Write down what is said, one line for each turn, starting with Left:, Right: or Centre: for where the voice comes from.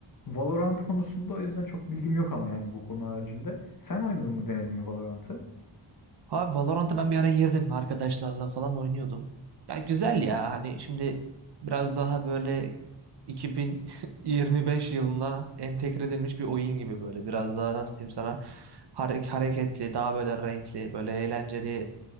Left: Valorant konusunda o yüzden çok bilgim yok ama yani bu konu haricinde. Sen oynadın mı, denedin mi Valorant'ı?
Right: Abi Valorant'a ben bir ara girdim arkadaşlarla falan oynuyordum. Ya güzel ya hani şimdi biraz daha böyle 2025 yılına entegre edilmiş bir oyun gibi böyle biraz daha nasıl diyeyim sana hare- hareketli daha böyle renkli böyle eğlenceli